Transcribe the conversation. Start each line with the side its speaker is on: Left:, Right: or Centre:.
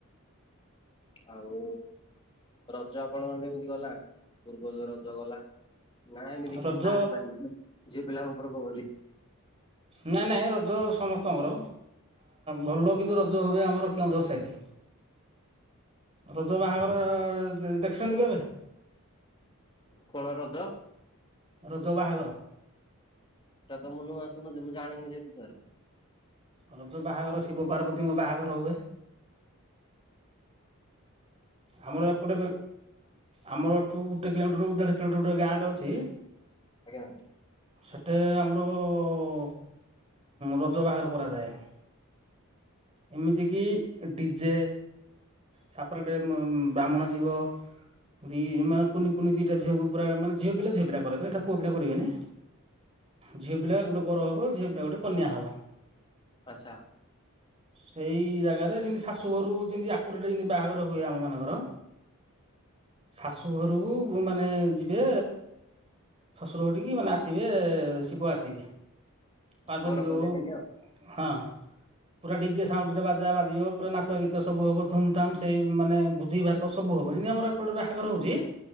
Left: ଆଉ ରଜ ଆପଣଙ୍କର କେମିତି ଗଲା ପୂର୍ବ ଯୋଉ ରଜ ଗଲା? ନା ଏମିତି <unintelligible>
Right: ରଜ
Left: ଝିଅ ପିଲାଙ୍କ ଘରକୁ <unintelligible>
Right: ନାଇଁ ନାଇଁ ରଜ ସମସ୍ତଙ୍କର, ଭଲ କିନ୍ତୁ ରଜ ହୁଏ ଆମର କେଉଁଝର ସାଇଟ୍। ରଜ ବାହାଘର ଦେଖିଛନ୍ତି କେବେ?
Left: କଣ ରଜ?
Right: ରଜ ବାହାଘର।
Left: ଏଇଟା ମୁଁ ନୂଆ ଶୁଣୁଛି ମୁଁ ଜାଣିନି ସେ ବିଷୟରେ।
Right: ରଜ ବାହାଘର ଶିବ ପାର୍ବତୀଙ୍କ ବାହାଘର ହୁଏ। ଆମର ଏପଟେ ଆମର ଏଠୁ ଗୋଟେ କିଲୋମିଟର ଦେଢ କିଲୋମିଟର ଗୋଟେ ଗାଁଟେ ଅଛି
Left: ଆଜ୍ଞା
Right: ସେଠେ ଆମର ଉ ରଜ ବାହାର କରାଯାଏ। ଏମିତି କିି ଡିଜେ ସାପରେଟ୍ ବ୍ରାହ୍ମଣ ଜୀବ। ଦି ମାନେ କୁନି କୁନି ଦିଟା ଝିଅକୁ ପୁରା ମାନେ ଝିଅ ପିଲା ଝିଅ ପିଲା କରିବେ ଏଇଟା ପୁଅ ପିଲା କରିବେନି। ଝିଅ ପିଲା ଗୋଟେ ବର ହବ ଝିଅ ପିଲା ଗୋଟେ କନ୍ୟା ହବ
Left: ଆଚ୍ଛା
Right: ସେଇ ଜାଗାରେ ଯେମତି ଶାଶୁ ଘରୁ ଯେମିତି କୁକୁରଟେ କିତି ବାହାଘର ହୁଏ ଆମ ମାନଙ୍କର ଶାଶୁ ଘରୁ ଘରକୁ ମାନେ ଯିବେ ଶସୁରଘର ଠିକି ମାନେ ଆସିବେ ଶିବ ଆସିବେ। ପାର୍ବନ୍ତିକ
Left: ବର କନ୍ୟା ଲାଗି ଆଉ।
Right: ହଁ ପୁରା ଡିଜେ ସାଉଣ୍ଡ ରେ ବାଜା ବାଜିବ ପୁରା ନାଚ ଗୀତ ସବୁ ହବ। ଧୁମ୍ ଧାମ୍ ସେଇ ମାନେ ଭୋଜି ଭାତ ସବୁ ହବ ଯେମିତି ଆମର ଗୋଟେ ବାହାଘର ହଉଛି